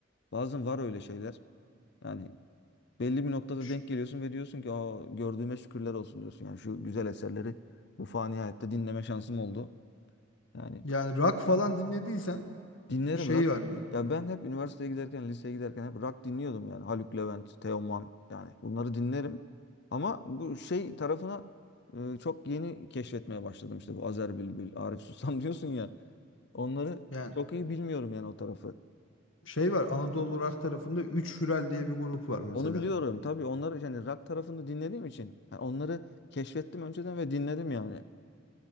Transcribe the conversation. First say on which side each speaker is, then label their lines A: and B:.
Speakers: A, on the left; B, on the left.
A: Bazen var öyle şeyler. Yani belli bir noktada
B: Ş-
A: denk geliyorsun ve diyorsun ki Aa, gördüğüme şükürler olsun diyorsun. Yani şu güzel eserleri bu fani hayatta dinleme şansım oldu. Yani
B: Yani rock falan dinlediysen
A: Dinlerim
B: bir şey
A: rock.
B: var mı?
A: Ya ben hep üniversiteye giderken, liseye giderken hep rock dinliyordum yani. Haluk Levent, Teoman yani bunları dinlerim. Ama bu şey tarafına e, çok yeni keşfetmeye başladım işte bu Azer Bülbül, Arif Susam <laughs> diyorsun ya. Onları
B: Yani
A: çok iyi bilmiyorum yani o tarafı.
B: şey var Anadolu Rock tarafında 3 Hürel diye bir grup var mesela.
A: Onu biliyorum tabii onları yani rock tarafını dinlediğim için ha, onları keşfettim önceden ve dinledim yani.